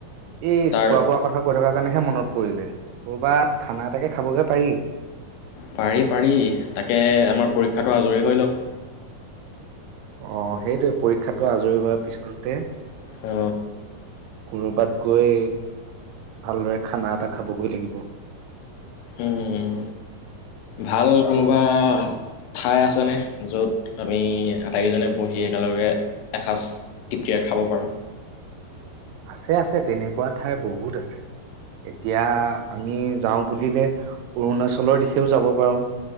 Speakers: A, on the right; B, on the left.
A: এই
B: তাৰ
A: খোৱা বোৱা কথা কৈ থকা কুৱাকানেহে মনত পৰিলে কৰ'বাত খানা এটাকে খাবগে পাৰি।
B: পাৰি পাৰি তাকে আমাৰ পৰীক্ষাটো আজৰি হৈ লওক।
A: আহ সেইটোে পৰীক্ষাটো আজৰি হোৱাৰ পিছতে
B: অ
A: কবাত গৈ ভালদৰে খানা এটা খাবগৈ লাগিব।
B: উম ভাল কোনোবা ঠাই আছেনে য'ত আমি আটাইকেইজনে বহি একেলগে এসাঁজ তৃপ্তিৰে খাব পাৰোঁ।
A: আছে আছে তেনেকুৱা ঠাই বহুত আছে এতিয়া আমি যাওঁ বুলিলে অৰুণাচলৰ দিশেও যাব পাৰো